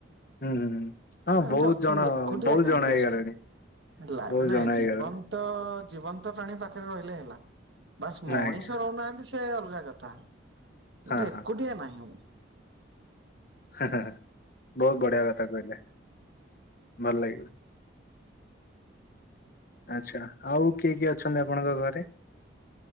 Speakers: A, on the left; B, on the right.
A: ହୁଁ ହୁଁ। ହଁ
B: ଏମିତି
A: ବହୁତ
B: ଅଛନ୍ତି
A: ଜଣ
B: ଏକୁଟିଆ
A: ବହୁତ
B: କାହିଁକି
A: ଜଣ ହେଇଗଲେଣି
B: ଆସ <unintelligible>
A: ବହୁତ ଜଣ ହେଇଗଲେଣି
B: ଜୀବନ ତ ଜୀବନ୍ତ ପ୍ରାଣୀ ପାଖରେ ରହିଲେ ହେଲା ବାସ୍ ମଣିଷ
A: ନା ଆଜ୍ଞା।
B: ରହୁନାହାନ୍ତି ଏତ ଅଲଗା କଥା କିନ୍ତୁ
A: ହଁ
B: ଏକୁଟିଆ
A: ହଁ
B: ନାହିଁ ମୁଁ
A: ବହୁତ ବଢିଆ କଥା କହିଲେ ଭଲ ଲାଗିବ। ଆଚ୍ଛା ଆଉ କିଏ କିଏ ଅଛନ୍ତି ଆପଣଙ୍କ ଘରେ।